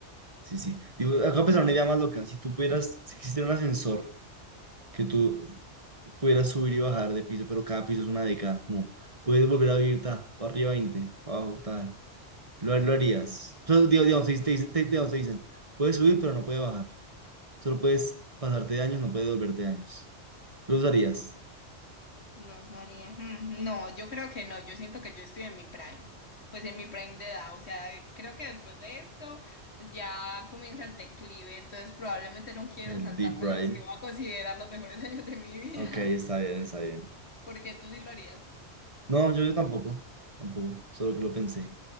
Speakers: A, on the right; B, on the left.
A: Sí, sí. Digo, acabo de pensar una idea más loca. Si tú pudieras, si existiera un ascensor que tú pudieras subir y bajar de piso, pero cada piso es una década, no. Puedes volver a vivir, ta, para arriba 20 para abajo, tal. Lo, lo harías. O sea, digo, digamos, te, te dicen, te- digamos, te dicen, puedes subir, pero no puedes bajar. Solo puedes pasarte de años, no puedes volverte de años. ¿Lo usarías?
B: Los haría. hmm, No, yo creo que no. Yo siento que yo estoy en mi prime. Pues en mi prime de edad. O sea, creo que después de esto ya comienza el declive. Entonces probablemente no quiero
A: El
B: saltarme
A: Deep Prime.
B: los que voy a considerar los mejores <laughs> años de mi vida.
A: Ok, está bien, está bien.
B: <laughs> Porque tú sí lo harías.
A: No, yo, yo tampoco. Tampoco. Solo que lo pensé.